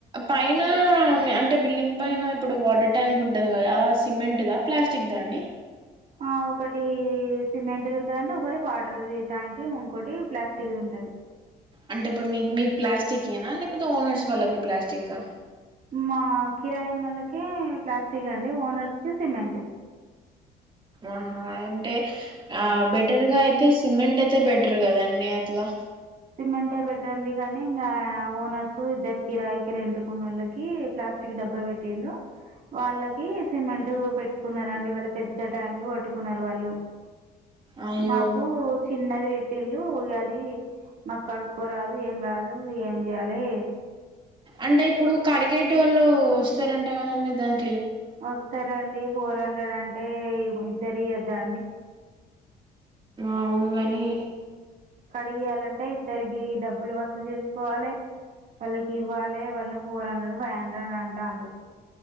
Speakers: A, on the right; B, on the right.
A: పైన మ్ అంటే బిల్డింగ్ పైన ఇప్పుడు వాటర్ ట్యాంక్ ఉంటది కదా సిమెంట్దా ప్లాస్ స్టిక్దా అండి
B: ఆ ఒకటి సిమెంట్ది ఉంటదండి ఒకటి వాటర్ది ట్యాంక్ ఇంకోటి ప్లాస్టిక్ది టది
A: అంటే ఇప్పుడు మీక్ మీకు ప్లాస్టిక్యేనా లేపోతే ఓనర్స్ వాళ్ళకి ప్లాస్టికా
B: మా కిరాయి ఉన్నోళ్లకే ప్లాస్టిక్ అండి ఓనర్స్ కి సిమెంట్దీ
A: అహా అంటే ఆ బెటర్ గా అయితే సిమెంట్ అయితే బెటర్ గదండి అట్లా
B: సిమెంటె బెట్రండి గానీ ఇంగా ఓనర్స్ ఇద్దరు కిరాయికీరెంటుకున్నోళ్ళకి ప్లా స్టిక్ డబ్బ పెట్టిండు వాళ్ళకి సిమెంట్ పెట్టుకున్నరండి వాళ్ళు పెద్ద ట్యాంక్ కట్టుకున్నారు వాళ్ళు
A: అయ్యో
B: మాకు చిన్నది వెట్టిళ్ళు ఇగాది మాక్కడుక్కోరాదు ఏం కాదు ఏం జేయాలే
A: అంటే ఇపుడు కడిగేటోళ్ళు వస్తారంట కదండి దాని
B: వొస్తరండి ఫోర్ హండ్రెడ్ అ ంటే ఇద్దరియ్యద్దా అండి
A: అవును గని
B: కడిగియాలంటే ఇద్దరిగి డబ్బులు వస్ జెస్కోవాలే వాళ్ళకి ఇవ్వాలే వాళ్ళు ఫోర్ హండ్రెడ్ ఫైవ్ హండ్రెడ్ అంటాళ్ళు